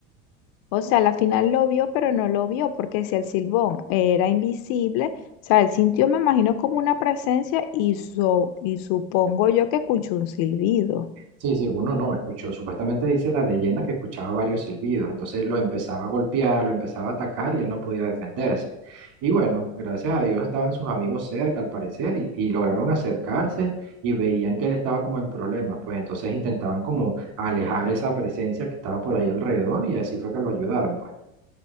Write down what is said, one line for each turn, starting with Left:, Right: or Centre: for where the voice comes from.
Left: O sea, al final lo vio, pero no lo vio, porque si el silbón era invisible, o sea, él sintió, me imagino, como una presencia y, so- y supongo yo que escuchó un silbido.
Right: Sí, sí, uno no escuchó. Supuestamente dice la leyenda que escuchaba varios silbidos. Entonces lo empezaba a golpear, lo empezaba a atacar y él no podía defenderse. Y bueno, gracias a Dios estaban sus amigos cerca, al parecer, y, y lograron acercarse y veían que él estaba como en problemas. Pues entonces intentaban como alejar esa presencia que estaba por ahí alrededor y así fue que lo ayudaron. Pues.